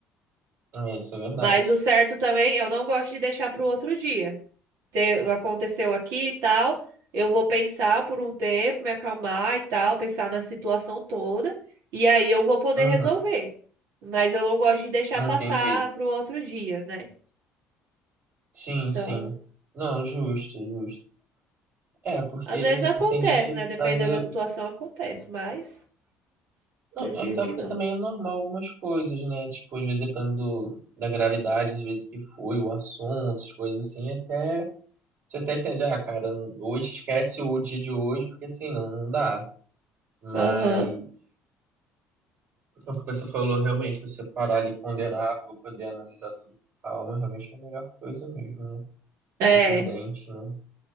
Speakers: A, on the right; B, on the right.
A: É, isso é verdade.
B: Mas o certo também, eu não gosto de deixar pro outro dia. Te- aconteceu aqui e tal, eu vou pensar por um tempo, me acalmar e tal, pensar na situação toda, e aí eu vou poder
A: Uhum.
B: resolver. Mas eu não gosto de deixar
A: Entendi.
B: passar pro outro dia, né?
A: Sim,
B: Então,
A: sim. Não, justo, justo. É, porque
B: às vezes acontece,
A: tem gente que
B: né? Dependendo
A: faz. o-
B: da situação, acontece, mas
A: Não,
B: prefiro
A: até
B: que
A: porque
B: não.
A: também é normal algumas coisas, né? Tipo, às vezes dependendo do- da gravidade, às vezes que foi o assunto, as coisas assim, até. Você até entende, ah, cara, hoje esquece o dia de hoje, porque assim, não, não dá. Mas
B: Aham,
A: é o que você falou, realmente, você parar ali, e ponderar para poder analisar tudo com calma, realmente é a melhor coisa mesmo, né?
B: é,
A: Ser prudente, né?